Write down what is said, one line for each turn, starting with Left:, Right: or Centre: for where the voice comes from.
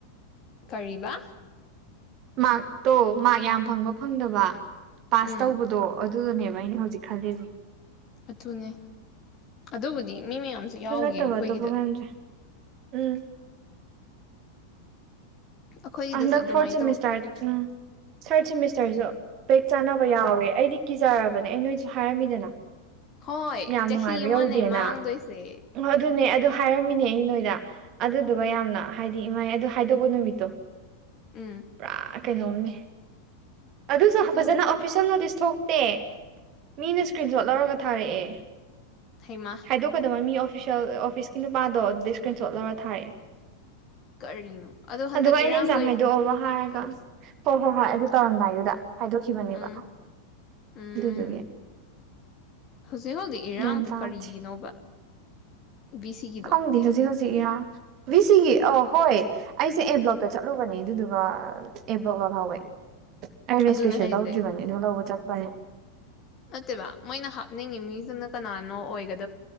Left: ꯀꯔꯤꯕ
Right: ꯃꯥꯔꯛꯇꯣ ꯃꯥꯔꯛ ꯌꯥꯝ ꯐꯪꯕ ꯐꯪꯗꯕ ꯄꯥꯁ
Left: ꯎꯝ
Right: ꯇꯧꯕꯗꯣ ꯑꯗꯨ ꯑꯗꯨꯗꯅꯦꯕ ꯑꯩꯅ ꯍꯧꯖꯤꯛ ꯈꯜꯂꯤꯁꯦ
Left: ꯑꯗꯨꯨꯅꯦ ꯑꯗꯨꯕꯨꯗꯤ ꯃꯤ ꯃꯌꯥꯝꯁꯨ
Right: ꯑꯗꯨ
Left: ꯌꯥꯎꯈꯤ
Right: ꯅꯠꯇꯕ
Left: ꯑꯩꯈꯣꯏꯒꯤꯗ
Right: ꯑꯇꯣꯞꯄ ꯈꯟꯗ꯭ꯔꯦ ꯎꯝ
Left: ꯑꯩꯈꯣꯏꯒꯤꯗꯁꯨ
Right: ꯍꯟꯗꯛ
Left: ꯑꯗꯨꯃꯥꯏꯅ
Right: ꯐꯣꯔꯠ ꯁꯦꯃꯦꯁꯇꯗꯤ
Left: ꯇꯧ
Right: ꯎꯝ ꯊꯔꯠ ꯁꯦꯃꯤꯁꯇꯔꯁꯨ ꯕꯦꯛ ꯆꯥꯅꯕ ꯌꯥꯎꯋꯦ ꯑꯩꯗꯤ ꯀꯤꯖꯔꯕꯅꯦ ꯑꯩ ꯅꯣꯏꯁꯨ ꯍꯥꯏꯔꯝꯃꯤꯗꯅ
Left: ꯍꯣꯏ
Right: ꯌꯥꯝ
Left: ꯆꯍꯤ
Right: ꯅꯨꯡꯉꯥꯏꯕ
Left: ꯑꯃꯅꯦ
Right: ꯌꯧꯗꯦꯅ
Left: ꯃꯥꯡꯗꯣꯏꯁꯦ
Right: ꯑꯗꯨꯅꯦ ꯑꯗꯨ ꯍꯥꯏꯔꯝꯃꯤꯅꯦ ꯑꯩ ꯅꯣꯏꯗ ꯑꯗꯨꯗꯨꯒ ꯌꯥꯝꯅ ꯍꯥꯏꯗꯤ ꯏꯃꯥꯏ ꯑꯗꯨ ꯍꯥꯏꯗꯣꯛꯀꯣ ꯅꯨꯃꯤꯠꯇꯣ
Left: ꯎꯝ
Right: ꯄꯨꯔꯥ ꯀꯩꯅꯣꯝꯅꯤ ꯑꯗꯨꯁꯨ
Left: ꯑꯗꯨꯅꯦ
Right: ꯐꯖꯅ ꯑꯣꯐꯤꯁꯦꯜ ꯅꯣꯇꯤꯁ ꯊꯣꯛꯇꯦ ꯃꯤꯅ ꯁ꯭ꯀ꯭ꯔꯤꯟꯁꯣꯠ ꯂꯧꯔꯒ ꯊꯥꯔꯛꯑꯦ
Left: ꯍꯩꯃ
Right: ꯍꯥꯏꯥꯗꯣꯛꯀꯗꯕ ꯃꯤ ꯑꯣꯐ ꯏꯁꯄꯤꯤꯁꯦꯜ ꯑꯣꯐꯤꯁꯀꯤ ꯅꯨꯄꯥꯗꯣ ꯑꯗꯨꯗ ꯏꯁꯀ꯭ꯔꯤꯟ ꯁꯣꯠ ꯂꯧꯔꯒ ꯊꯥꯔꯛꯑꯦ
Left: ꯀꯔꯤꯅꯣ ꯑꯗꯣ ꯍꯟꯗꯛ
Right: ꯑꯗꯨꯒ ꯑꯩꯅ
Left: ꯏꯔꯥꯡ
Right: ꯑꯦꯛꯖꯥꯝ ꯍꯥꯏꯗꯣꯛꯑꯕꯣ ꯍꯥꯏꯔ ꯍꯣ ꯍꯣ ꯍꯣꯏ ꯑꯗꯨ ꯇꯧꯔꯝꯗꯥꯏꯗ ꯍꯥꯏꯗꯣꯛꯈꯤꯕꯅꯦꯕ
Left: ꯎꯝ
Right: ꯑꯗꯨꯗꯨꯒꯤ
Left: ꯎꯝ ꯍꯧꯖꯤꯛ ꯍꯧꯖꯤꯛ ꯏꯔꯥꯡꯗ
Right: ꯒ꯭ꯌꯥꯟ ꯇꯥꯗꯦ
Left: ꯀꯔꯤꯒꯤꯅꯣꯕ ꯕꯤꯁꯤꯒꯤꯗꯣ
Right: ꯈꯪꯗꯦ ꯍꯧꯖꯤꯛ ꯏꯔꯥꯡ ꯕꯤꯁꯤꯒꯤ ꯑꯣ ꯍꯣꯏ ꯑꯩꯁꯦ ꯑꯦ ꯕ꯭ꯂꯣꯛꯇ ꯆꯠꯂꯨꯕꯅꯦ ꯑꯗꯨꯗꯨꯒ ꯑꯦꯕ꯭ꯂꯣꯛ ꯂꯣꯜꯍꯧꯋꯦ ꯑꯩ ꯔꯦꯖꯤꯁꯇ꯭ꯔꯦꯁꯟ
Left: ꯑꯗꯨꯅꯦ ꯍꯥꯏꯁꯦ
Right: ꯂꯧꯗꯔ꯭ꯤꯕꯅꯦ ꯑꯗꯨ ꯂꯧꯕ ꯆꯠ ꯐ
Left: ꯅꯠꯇꯦꯕ ꯃꯣꯏꯅ ꯍꯥꯞꯅꯤꯡꯉꯤ ꯃꯤꯁꯤꯅ ꯀꯅꯥꯅꯣ ꯑꯣꯏꯒꯗ